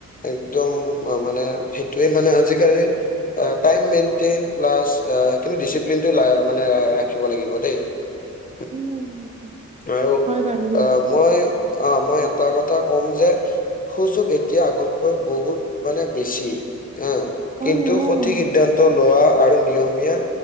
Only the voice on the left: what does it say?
একদম মানে সেইটোৱে মানে আজিকালি আ টাইম মেইনটেইন প্লাছ আ কিন্তু ডিচিপ্লিন টো মানে ৰাখিব লাগিব দেই। <inaudible>
আৰু
অ', মই অ মই এটা কথা কম যে সুযোগ এতিয়া আগতকৈ বহুত মানে বেছি। হ কিন্তু
সঠিক সিদ্ধান্ত লোৱা আৰু নিয়মীয়া